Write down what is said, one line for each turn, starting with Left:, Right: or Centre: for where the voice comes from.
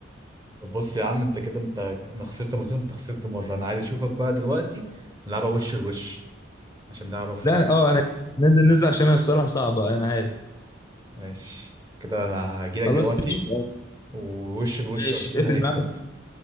Right: طب بص يا عم انت كده انت انا خسرت مرتين انت خسرت مرة انا عايز اشوفك بقى دلوقتي نلعبها وش لوش عشان نعرف
Left: لا أنا- اه انا ننزل ننزل عشان انا الصراحه صعبه انا عارف
Right: ماشي كده انا هجيلك
Left: خلاص
Right: دلوقتي
Left: قشطة.
Right: ووش الوش
Left: ماشي
Right: واشوف مين
Left: اقفل
Right: هيكسب
Left: معاه